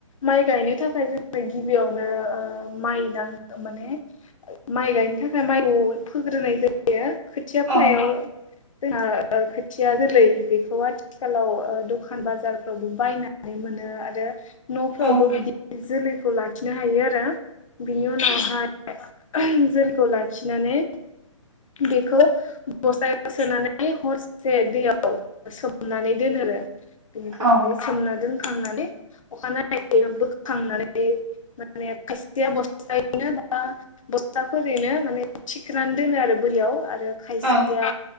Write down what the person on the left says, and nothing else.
माइ गायनो थाखाय जोङो गिबियावनो ओ माइ दां माने माइ माइ गायनो थाखाय माइखौ फोग्रोनाय जायो खोथिया
फोनायाव जोंहा खोथिया जोलै बेखौ आथिखालाव ओ दखान बाजारफ्रावबो बायना नै मोनो आरो न'फ्रावबो
बिदि जोलैखौ लाखिनो हायो आरो बिनि उनावहाय जोलैखौ लाखिनानै बेखौ बस्तायाव सोनानै हरसे दैयाव सोमनानै दोनो आरो बिनिफ्राय
सोमना दोनखांनानै अखानायै बोखांनानै माने खायसेया बस्थायायैनो बा बस्ताफोरैनो माने थिखोनानै दोनो आरो बोरियाव आरो खायसेया